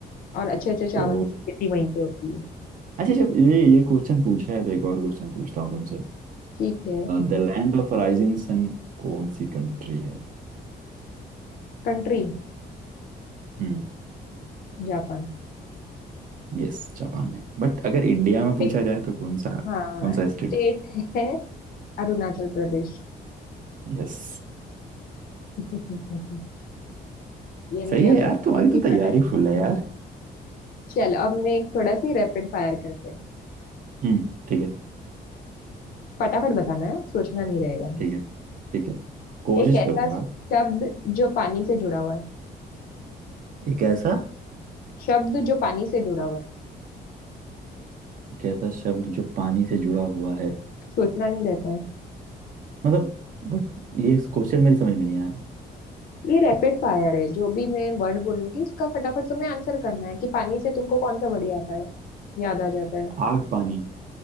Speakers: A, on the left (about 60°); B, on the right (about 50°).
A: और अच्छे अच्छे चावल
B: तो
A: की खेती वहीं पे होती है
B: अच्छा जब ये ये क्वेश्चन पूछा है तो एक और क्वेश्चन पूछता हूँ तुमसे
A: ठीक है
B: द लैंड ऑफ राइजिंग सन कौन सी कंट्री है
A: Country
B: हम्म
A: Japan
B: यस जापान है बट अगर इंडिया में
A: स्टेट
B: पूछा जाए तो कौन सा
A: हाँ
B: कौन सा स्टेट
A: स्टेट है अरुणाचल प्रदेश
B: यस
A: <laughs> ये मैंने
B: सही है
A: अभी
B: यार तुम्हारी
A: ही
B: तो तैयारी
A: पढ़ा
B: फुल है
A: है
B: यार
A: चलो अब मैं एक थोड़ा सी रैपिड फायर करते हैं
B: हम्म ठीक है
A: फटाफट बताना है सोचना नहीं रहेगा
B: ठीक है ठीक है कोशिश
A: एक ऐसा
B: करूंगा
A: शब्द जो पानी से जुड़ा हुआ है
B: एक ऐसा
A: शब्द जो पानी से जुड़ा हुआ है
B: एक ऐसा शब्द जो पानी से जुड़ा हुआ है
A: सोचना नहीं रहता है
B: मतलब बट ये क्वेश्चन मेरे समझ में नहीं आया
A: ये रैपिड फायर है जो भी मैं वर्ड बोलूंगी उसका फटाफट तुम्हें आंसर करना है कि पानी से तुमको कौन सा वर्ड आता है याद आ जाता है
B: आग पानी